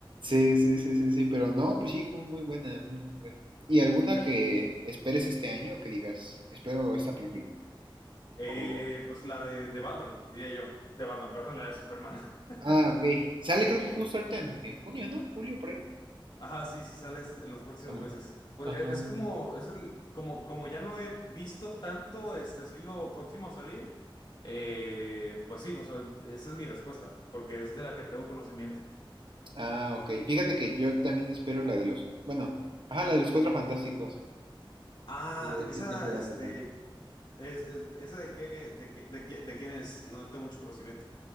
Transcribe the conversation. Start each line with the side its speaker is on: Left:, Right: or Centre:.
Right: Sí, sí, sí, sí, sí, pero no, pues sí, muy, muy buena, muy, muy buena. ¿Y alguna que esperes este año que digas, espero esta película?
Left: Eh,
Right: O-
Left: pues la de, de Batman, diría yo. De Batman, <laughs> perdón, la de Superman. <laughs>
Right: Ah, ok. Sale creo que justo ahorita en, en junio, ¿no? Julio, por ahí.
Left: Ajá, sí, sí sales en los próximos
Right: ¿O no?
Left: meses. Pues
Right: Ajá.
Left: e- es, como, es el- como, como ya no he visto tanto este así lo próximo a salir, eh, pues sí, o sea, esa es mi respuesta, porque es de la que tengo conocimiento.
Right: Ah, ok. Fíjate que yo también espero la de los, bueno, ajá, la de los Cuatro Fantásticos.
Left: Ah,
Right: Eh,
Left: esa,
Right: yo tengo ganas
Left: este,
Right: también.
Left: es, es- esa de qué, de qué, de qué- de quién es, no tengo mucho conocimiento.